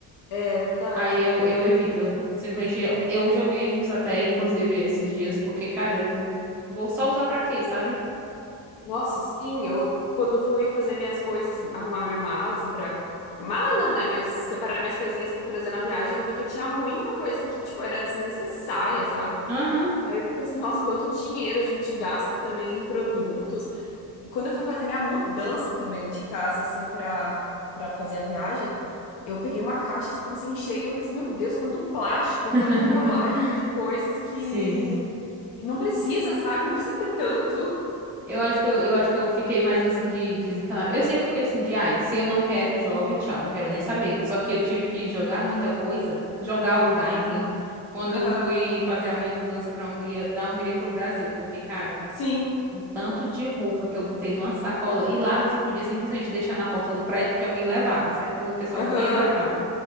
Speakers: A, on the left; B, in the centre.
A: é verdade.
B: Aí eu, eu evito. Eu simplesmente eu eu joguei uns até, inclusive, esses dias, porque, cara, eu vou só usar pra quê, sabe?
A: Nossa, sim, eu quando fui fazer minhas coisas, arrumar minha mala, assim, pra. Mala não, né? Mas separar minhas coisinhas pra trazer na viagem, eu vi que eu tinha muita coisa que, tipo, era desnecessária, sabe?
B: Aham.
A: Aí eu pensei, nossa, quanto dinheiro a gente gasta também em produtos. E quando eu fui fazer minha mudança também de casa, assim, pra, pra fazer a viagem, eu peguei uma caixa e comecei a encher e eu pensei, meu Deus, quanto plástico,
B: <laughs>
A: quanta embalagem de coisas que
B: Sim.
A: que não precisa, sabe? Não precisa ter tanto.
B: Eu acho que eu, eu acho que eu fiquei mais assim de desencanar. Eu sempre fui assim de, ai, se eu não quero, jogo e tchau, não quero nem saber. Só que eu tive que jogar muita coisa, jogar ou dar, enfim, quando
A: Aham.
B: eu fui fazer a minha mudança pra Hungria, da Hungria pro Brasil, porque cara,
A: Sim.
B: o tanto de roupa que eu botei numa sacola e lá você podia simplesmente deixar na porta do prédio que alguém levava, certo? O pessoal
A: Aham.
B: via, levava.